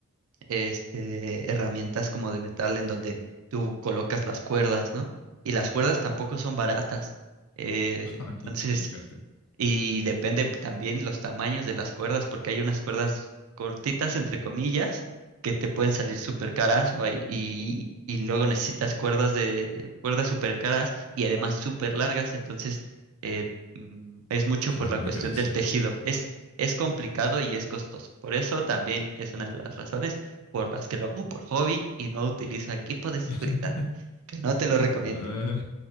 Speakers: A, on the right; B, on the left.
A: este, herramientas como de metal en donde tú colocas las cuerdas, ¿no? Y las cuerdas tampoco son baratas. Eh,
B: <laughs> Ay,
A: entonces,
B: fíjate.
A: y depende también los tamaños de las cuerdas, porque hay unas cuerdas cortitas, entre comillas, que te pueden salir súper caras o hay- y, y luego necesitas cuerdas de cuerdas súper caras y además súper largas, entonces eh, mm, es mucho
B: Suena
A: por la
B: complicadísimo.
A: cuestión del tejido. Es, es complicado y es costoso. Por eso también es una de las razones por las que lo hago por hobby y no utilizo equipo de seguridad,
B: <laughs>
A: que no te lo recomiendo,
B: Eh,